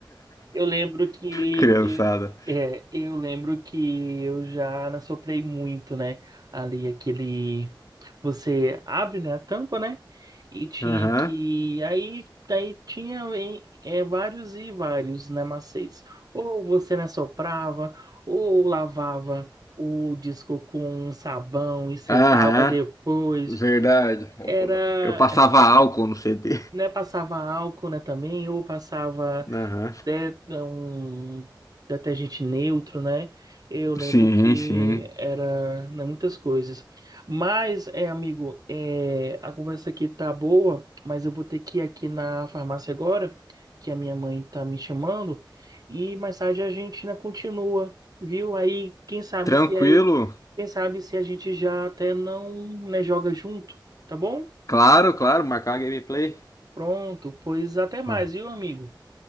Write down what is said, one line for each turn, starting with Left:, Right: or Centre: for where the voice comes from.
Right: Eu lembro que
Left: <laughs> Criançada.
Right: é, eu lembro que eu já soprei muito, né? Ali aquele você abre, né, a tampa, né? E tinha
Left: Aham.
Right: que aí daí tinha em- é, vários e vários né, macês. Ou você né, soprava, ou lavava o disco com sabão e secava
Left: Aham.
Right: depois.
Left: Verdade.
Right: Era,
Left: Eu passava álcool no CD.
Right: né, passava álcool, né, também, ou passava
Left: Aham.
Right: de- um detergente neutro, né? Eu lembro
Left: Sim,
Right: que
Left: sim.
Right: era, né, muitas coisas. Mas, é, amigo, é, a conversa aqui tá boa, mas eu vou ter que ir aqui na farmácia agora, que a minha mãe tá me chamando, e mais tarde a gente, né, continua, viu? Aí, quem sabe
Left: Tranquilo.
Right: se é, quem sabe se a gente já até não, né, joga junto, tá bom?
Left: Claro, claro. Marcar uma gameplay.
Right: Pronto, pois até mais,
Left: <laughs>
Right: viu, amigo?